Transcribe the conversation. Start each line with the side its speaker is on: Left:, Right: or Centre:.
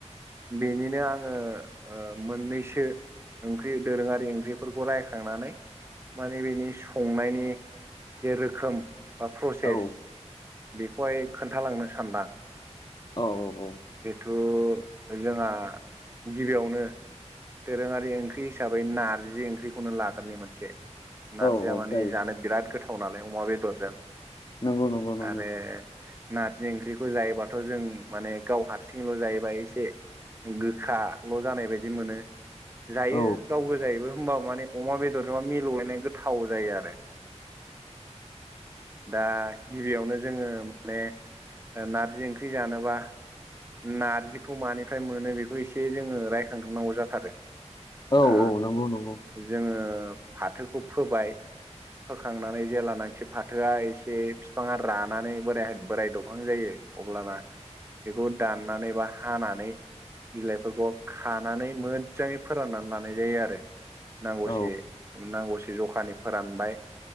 Right: बेनिनो आङो मोननैसो ओंख्रि दोरोङारि ओंख्रि फोरखौ रायखांनानै माने बेनि संनायनि जे रोखोम बा प्रसेस
Left: औ
Right: बेखौहाय खोन्थालांनो सानदां
Left: औ औ-औ
Right: उ जोंहा गिबियावनो दोरोङारि ओंख्रि हिसाबै नारजि ओंख्रि ओंख्रिखौनो लाग्रोनि मोनसे, नारजिया
Left: औ
Right: माने
Left: जायो
Right: जानो बिराद गोथाव नालाय अमा बेदरजों।
Left: नंगौ नंगौ-नंगौ
Right: आरो नारजि ओंख्रिखौ जायोबाथ' जों माने गाव हारसिङैल' जायोबा एसे गोखाल' जानाय बायदि मोनो, जायो
Left: औ
Right: गाव गोजायोबो होनबा माने अमा बेदरजोंबा मिलौलायनाय गोथाव जायो आरो दा गिबियावनो जोङो माने नारजि ओंख्रि जानोबा । नारजिखौ मानिफ्राय मोनो बेखौ एसे जोङो रायखांग्रोनांगौ जाथारो
Left: औ
Right: दा
Left: औ नंगौ नंगौ
Right: जोङो फाथोखौ फोबाय फोखांनानै जेब्लानाखि फाथोआ एसे बिफाङा रानानै बोराय बोराय दबहां जायो अब्लाना बेखौ दाननानै बा हानानै बिलाइफोरखौ खानानै मोजाङै फोराननानै लानाय जायो आरो नांगौसे,
Left: औ
Right: नांगौसे जखानि फोरानबाय